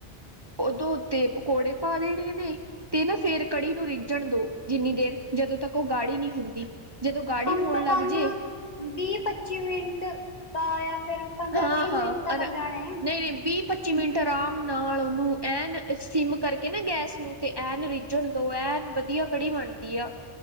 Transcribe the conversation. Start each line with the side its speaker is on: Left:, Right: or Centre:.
Right: ਉਦੋਂ ਉੱਤੇ ਪਕੌੜੇ ਪਾ ਦੇਣੇ ਨੇ ਤੇ ਨਾ ਫੇਰ ਕੜੀ ਨੂੰ ਰਿੱਝਣ ਦੋ ਜਿੰਨੀ ਦੇਰ। ਜਦੋਂ ਤੱਕ ਉਹ ਗਾੜੀ ਨੀ ਹੁੰਦੀ। ਜਦੋਂ ਗਾੜੀ
Left: ਕਮ
Right: ਹੋਣ
Left: ਤੋਂ
Right: ਲੱਗ
Left: ਕਮ
Right: ਜੇ
Left: ਵੀਹ ਪੱਚੀ ਮਿੰਟ ਦਾ ਆਇਆ। ਫਿਰ ਪੰਦਰਾਂ
Right: ਹਾਂ-ਹਾਂ
Left: ਵੀਹ ਮਿੰਟ ਤਾਂ ਲੱਗ
Right: ਅਰ
Left: ਜਾਣੇ।
Right: ਨਹੀਂ-ਨਹੀਂ ਵੀਹ ਪੱਚੀ ਮਿੰਟ ਆਰਾਮ ਨਾਲ ਉਹਨੂੰ ਐਨ ਸਿਮ ਕਰਕੇ ਨਾ ਗੈਸ ਨੂੰ ਤੇ ਐਨ ਰਿੱਝਣ ਦੋ ਐਨ ਵਧੀਆ ਕੜੀ ਬਣਦੀ ਆ